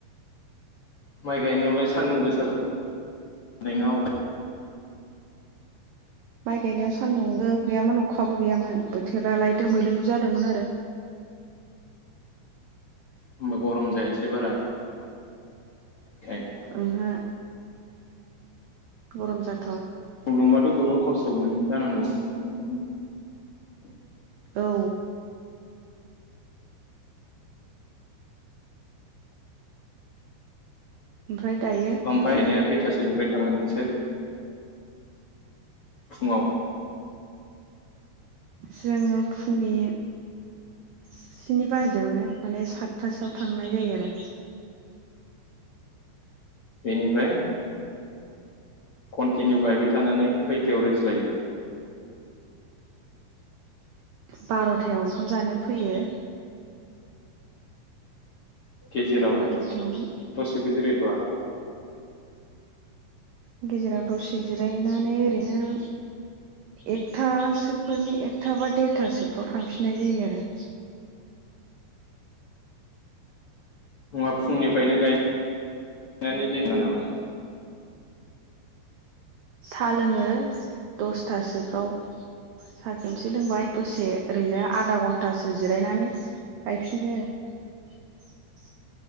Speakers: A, on the left; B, on the right.
A: माइ गायनायावलाय सान्दुं गोसा नायना अख
B: माइ गायनायाव सान्दुंबो गैयामोन अखाबो गैयामोन बोथोरालाय दोमैलु जादोंमोन आरो
A: होमबा गरम जायासै बारा? थें <unintelligible>
B: ओंहो गरम जाथ
A: दुंदोंबाथ गोबां खस्थ मोनो जानांगौ? <unintelligible>
B: औ ओमफ्राय दायो
A: ओमफायनाया खैथासोनिफ्राय थाङो नोंसोर? फुङाव?
B: जोङो फुंनि स्नि बाजियावनो माने सातथासोआव थांनाय जायो आरो
A: बेनिफ्राय कन्टिनिउ गायबाय थानानै खैथायाव रेस लायो
B: बारथायाव ओंखाम जानो फैयो
A: गेजेराव
B: बार'थायावनो
A: दसेबो जिरायथ'आ? <inaudible>
B: गेजेराव दसे जिरायनानै ओरैनो एकथासोफोरनि एकथा बा देरथासोफ्राव थांफिननाय जायो आरो।
A: नंङा फुंनिफ्रायनो गायनानै दोङा नामा?
B: साहा लोङो दसथासोफ्राव साहा खेबसे लोंबाय दसे ओरैनो आधा घन्टासो जिरायनानै गायफिनबाय आरो।